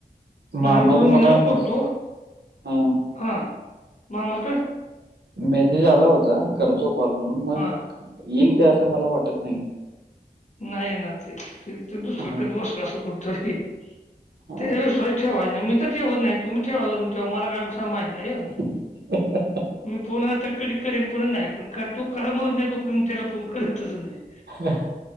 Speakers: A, on the right; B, on the left.
A: मामाचा
B: नाही अगोदर मीनाला
A: मला मेस
B: करतो.
A: हा
B: हां मामा कड
A: मेसेज आला होता. करतो कॉल म्हणून, मग
B: हा
A: येईल काय असं मला वाटत नाही.
B: नाही येणार ते, ते दुसरं
A: हा
B: करत बसलं असल कुठेतरी.
A: हा
B: त्याज्याव विश्वास ठेवायच नाही मी त ठेवत नाही, तुम्ही ठेवालं ठेवा माला काय सा माहीत नाहीय.
A: <inaudible>
B: मी फोन आता कधी करेन <unintelligible> नाही पण कर तो करा म्हणत नाही तो पर्यंत त्याला फोन करतच, करतच नाही.
A: <inaudible>